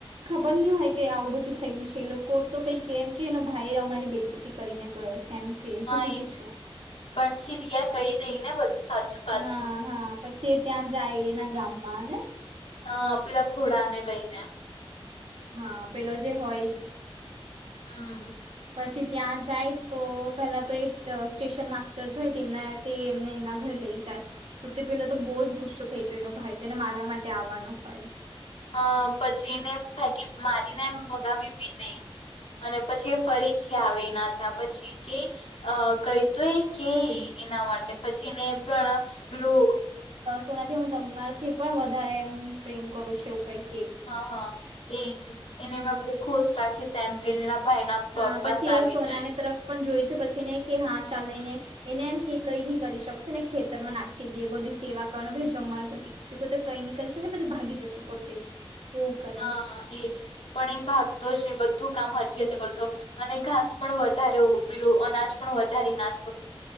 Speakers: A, on the right; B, on the left.
A: બન્યુ હોય કે આવું બધું થયું છે લોકો તો કઈ કેમ કે એનો ભાઈ અમારી બેઇજતી કરીને ગયો જેમ કે
B: હા
A: છૂટું
B: એજ
A: છૂટું
B: પણ પછી રિયા કહી દઈ ને બધું સાચું સાચું
A: હા હા પછી એ ત્યાં જાય એના ગામમાં ને
B: હ પેલા ઘોડાને લઈને
A: હા પેલો જે હોય
B: હમ
A: પછી ત્યાં જાય તો પહેલા તો એક સ્ટેશન માસ્ટર જોય તેમના તે એમને એના ઘરે લઈ જાય તો તે પેલો તો બહુ જ ગુસ્સો થઈ જ એનો ભાઈ તો એને મારવા માટે આવવાનો હોય
B: અ પછીને ફેકી મારીને એ ભગાવી બી દઈ અને પછી એ ફરીથી આવે ના હતા પછી કે અ કહેતુંય કે એના માટે પછીને પણ પેલું
A: તોનાથી હું તમારથી પણ વધારે પ્રેમ કરું છું એવું કઈક
B: હા હા એજ એને મેં બુ ખુશ રાખી એમ કહીને ભાઈ ના
A: હા
B: પપાસે
A: પછી
B: આવી
A: એ સોનાને
B: જાય
A: તરફ પણ જોય છે પછીને કે હા ચા એને એને એમ કે કઈ નહી કરી શકશે ને ખેતરમાં નાખી દઈએ બધી સેવા કરવાનું પછી જમવાનું પ્રતિકૃ કઈ નહી કરી શકે પછી ભાગી જશે પોતે જ એવું કરે
B: હા એજ પણ એ ભાગતો જ ને બધ ધું કામ હરકીતે કરતો અને ઘાસ પણ વધારે પેલું અનાજ પણ વધારે ના